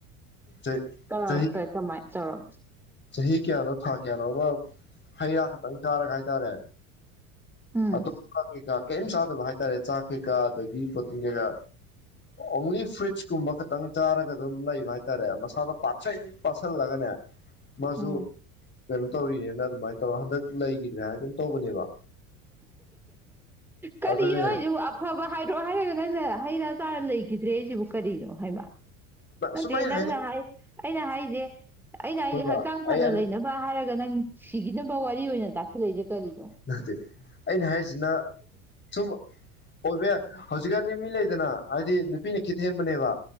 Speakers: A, on the left; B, in the centre.
A: ꯆꯍꯤ
B: ꯀꯧ
A: ꯆꯍꯤ
B: ꯀꯩ ꯀꯃꯥꯏ ꯇꯧꯔ
A: ꯆꯍꯤ ꯀꯌꯥꯅꯣ ꯊꯥ ꯀꯌꯥꯅꯣ ꯑꯃ ꯍꯩ ꯔꯥ ꯈꯛꯇ ꯆꯥꯔꯒ ꯍꯥꯏꯇꯥꯔꯦ
B: ꯎꯝ
A: ꯑꯗꯨ ꯀꯥ ꯀꯩ ꯀꯥ ꯀꯩꯝ ꯆꯥꯗꯕ ꯍꯥꯏꯇꯥꯔꯦ ꯆꯥꯛ ꯀꯩꯀꯥ ꯑꯗꯒꯤ ꯄ꯭ꯔꯣꯇꯤꯟ ꯀꯩꯀꯥ ꯑꯣꯡꯂꯤ ꯐꯨꯔꯤꯠꯁꯀꯨꯝꯕ ꯈꯇꯪ ꯆꯥꯔꯒ ꯑꯗꯨꯝ ꯂꯩꯕ ꯍꯥꯏꯇꯥꯔꯦ ꯃꯁꯥꯗꯣ ꯄꯥꯛꯁꯪ ꯄꯥꯁꯤꯜꯂꯒꯅꯦ ꯃꯁꯨ
B: ꯎꯝ
A: ꯇꯧꯔꯤꯅꯦꯅ ꯑꯗꯨꯃꯥꯏꯅ ꯇꯧꯔꯒ ꯍꯟꯗꯛ ꯂꯩꯈꯤꯗ꯭ꯔꯦ ꯍꯥꯏꯒꯨꯝ ꯇꯧꯕꯅꯦꯕ
B: ꯀꯔꯤꯅꯣ
A: ꯑꯗꯨꯅꯦ
B: ꯑꯩꯁꯤꯕꯨ ꯑꯐꯕ ꯍꯥꯏꯗ꯭ꯔꯣ ꯍꯥꯏꯔꯒ ꯅꯪꯅ ꯍꯩꯩ ꯔ꯭ꯥ ꯆꯥꯔ ꯂꯩ ꯂꯩꯈꯤꯗꯔ꯭ꯦ ꯍꯥꯌꯁꯤꯕꯨ ꯀꯔꯤꯅꯣ ꯍꯥꯌꯕ ꯅꯠꯇꯦ
A: ꯁꯨꯃꯥꯏꯅ
B: ꯅꯪꯅ
A: ꯍꯥꯏꯅꯤꯡ
B: ꯍꯥꯏ ꯑꯩꯅ ꯍꯥꯏꯁꯦ ꯑꯩꯅ
A: ꯑꯩꯈꯣꯏꯕ
B: ꯍꯥꯏꯁꯦ ꯍꯛꯆꯥꯡ ꯐꯅ
A: ꯑꯩ
B: ꯂꯩꯅꯕ ꯍꯥꯏꯔꯒ ꯅꯪ ꯁꯤꯒꯤꯅꯕꯥ ꯋꯥꯔꯤ ꯑꯣꯏꯅ ꯇꯥꯛꯁꯤꯂꯛꯏꯁꯤ ꯀꯔꯤꯅꯣ
A: ꯅꯠꯇꯦ ꯑꯩꯅ ꯍꯥꯏꯔꯤꯁꯤꯅ ꯁꯨꯝ ꯑꯣꯏꯕ ꯌꯥꯏ ꯍꯧꯖꯤꯛꯀꯥꯟꯗꯤ ꯃꯤ ꯂꯩꯗꯅ ꯍꯥꯏꯗꯤ ꯅꯨꯄꯤꯅ ꯈꯤꯠ ꯍꯦꯟꯕꯅꯦꯕ